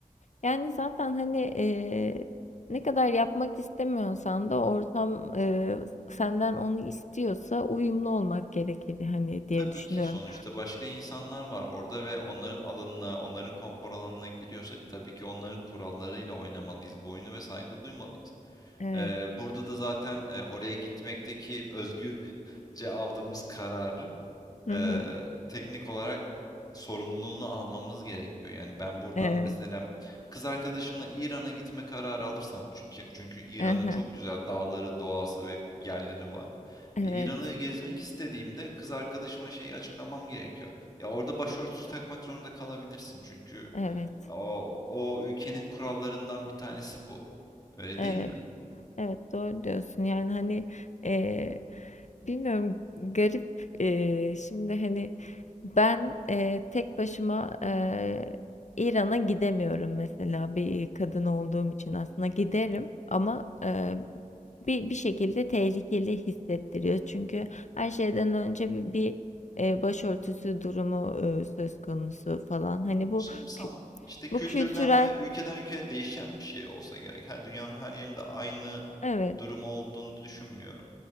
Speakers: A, on the left; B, on the left.
A: Yani zaten hani eee, ne kadar yapmak istemiyorsan da ortam eee, senden onu istiyorsa uyumlu olmak gerekir hani diye
B: Tabii
A: düşünüyorum.
B: ki sonuçta başka insanlar var orada ve onların alanına, onların konfor alanına giriyorsak tabii ki onların kurallarıyla oynamalıyız bu oyunu ve saygı duymalıyız.
A: Evet.
B: Ee, burada da zaten e, oraya gitmekteki özgürce aldığımız kararı
A: Hı
B: e,
A: hı.
B: teknik olarak sorumluluğunu almamız gerekiyor. Yani ben buradan
A: Evet.
B: mesela kız arkadaşımla İran'a gitme kararı alırsam çünkü, çünkü İran'ın
A: Aha.
B: çok güzel dağları, doğası ve yerleri var.
A: Evet.
B: Ve İran'ı gezmek istediğimde kız arkadaşıma şeyi açıklamam gerekiyor. Ya orada başörtüsü takmak zorunda kalabilirsin çünkü
A: Evet.
B: o, o ülkenin kurallarından bir tanesi bu. Öyle
A: Evet.
B: değil mi?
A: Evet. Doğru diyorsun. Yani hani eee, Bilmiyorum garip eee, şimdi hani ben eee, tek başıma eee, İran'a gidemiyorum mesela bir kadın olduğum için aslında giderim ama eee, bir bir şekilde tehlikeli hissettiriyor çünkü her şeyden önce bir, bir eee, başörtüsü durumu eee, söz konusu falan hani
B: Bu
A: bu
B: sanırsam
A: kü-
B: işte kültürden
A: bu kültürel
B: ve ülkeden ülkeye değişen bir şey olsa gerek. Her dünyanın her yerinde aynı
A: evet
B: durum olduğunu düşünmüyorum.